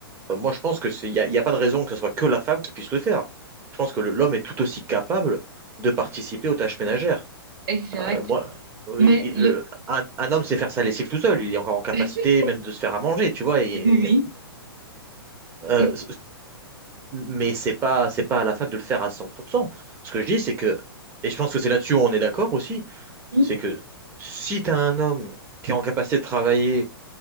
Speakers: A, on the right; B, on the right.
A: euh, moi, je pense que c'est, il n'y a, il y a pas de raison que ce soit que la femme qui puisse le faire. Je pense que le- l'homme est tout aussi capable de participer aux tâches ménagères.
B: Exact.
A: Euh, moi, oui,
B: Mais
A: il-
B: le,
A: le- un, un homme sait faire sa lessive tout seul. Il est encore en capacité
B: <laughs>
A: même de se faire à manger, tu vois. et-
B: oui, oui.
A: euh,
B: Et-
A: mais c'est pas, c'est pas à la fable de le faire à 100%. Ce que je dis, c'est que, et je pense que c'est là-dessus où on est d'accord aussi,
B: Mhm.
A: c'est que si tu as un homme qui est en capacité de travailler